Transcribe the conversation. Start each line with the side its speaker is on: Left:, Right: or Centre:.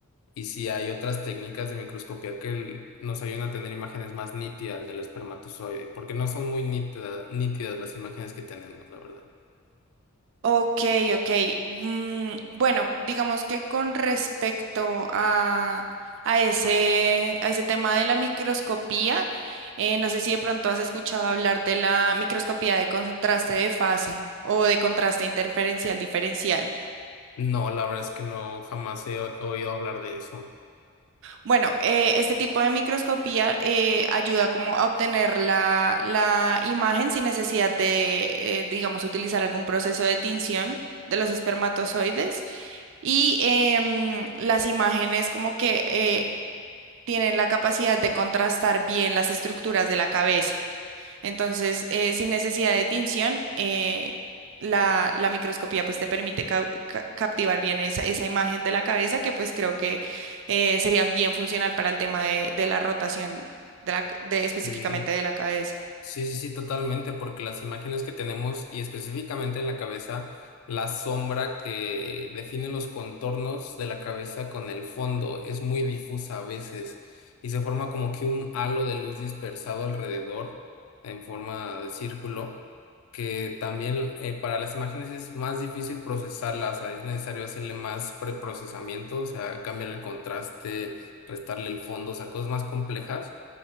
Left: y si hay otras técnicas de microscopía que l- nos ayudan a tener imágenes más nítidas del espermatozoide, porque no son muy nítida- nítidas las imágenes que tenemos, la verdad.
Right: Ok, ok. Mm, bueno, digamos que con respecto a, a ese, a ese tema de la microscopía, eh, no sé si de pronto has escuchado hablar de la microscopía de contraste de fase o de contraste interferencial diferencial.
Left: No, la verdad es que no, jamás he o- oído hablar de eso.
Right: Bueno, eh, este tipo de microscopía eh, ayuda como a obtener la, la imagen sin necesidad de, eh, digamos, utilizar algún proceso de tinción de los espermatozoides. Y em, las imágenes como que eh, tienen la capacidad de contrastar bien las estructuras de la cabeza. Entonces, eh, sin necesidad de tinción, eh, la, la microscopía pues te permite cau- ca- captivar bien esa, esa imagen de la cabeza que pues creo que eh, sería bien funcional para el tema de, de la rotación de la c- de específicamente
Left: Sí.
Right: de la cabeza.
Left: Sí, sí, sí, totalmente, porque las imágenes que tenemos y específicamente en la cabeza, la sombra que define los contornos de la cabeza con el fondo es muy difusa a veces y se forma como que un halo de luz dispersado alrededor en forma de círculo, que también eh, para las imágenes es más difícil procesarlas, o sea, es necesario hacerle más preprocesamiento, o sea, cambiar el contraste, restarle el fondo, o sea, cosas más complejas